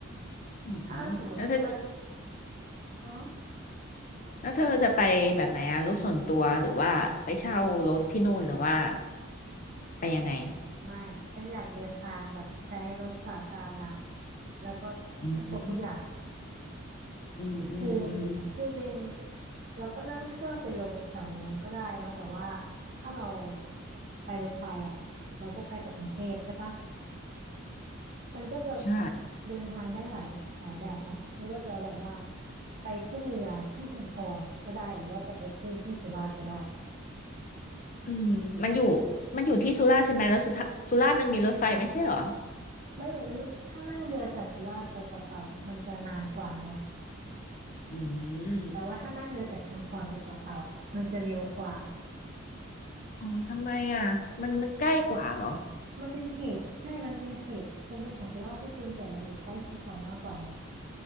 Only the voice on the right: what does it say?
ถ้าสมมติว่าอืม
ไม่ฉันอยากเดินทางแบบใช้รถสาธารณะแล้วก็ให้ครบทุกอย่าง
คือจริงๆเราก็นั่งเครื่องไปลงแถวโน้นก็ได้เนาะแต่ว่าถ้าเราไปรถไฟอ่ะเราก็ไปจากกรุงเทพใช่ปะมันก็จะ
เดินทางได้หลายหลายแบบเนาะไม่ว่าจะแบบว่าไปขึ้นเรือที่ชุมพรก็ได้หรือว่าจะไปขึ้นที่สุราษฎร์ก็ได้
ไม่อย่างนั้นมันถ้านั่งเรือจากสุราษฎร์ไปเกาะเต่าอะมันจะนานกว่าไง
แต่ว่าถ้านั่งเรือจากชุมพรไปเกาะเต่าอะมันจะเร็วกว่า
มันเป็นเขตใช่มันเป็นเขตมันเป็นของสุราษฎร์ก็จริงแต่มันอยู่ใกล้ชุมพรมากกว่าไง